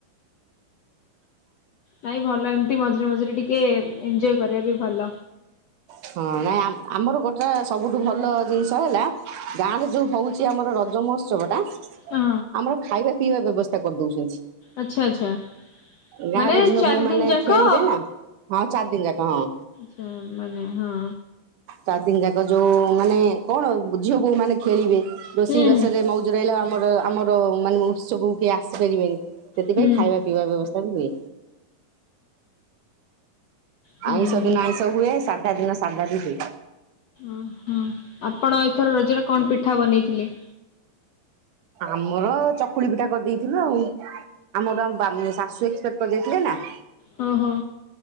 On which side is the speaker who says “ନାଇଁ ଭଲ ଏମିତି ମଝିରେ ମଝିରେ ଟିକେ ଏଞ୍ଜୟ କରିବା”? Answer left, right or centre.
Left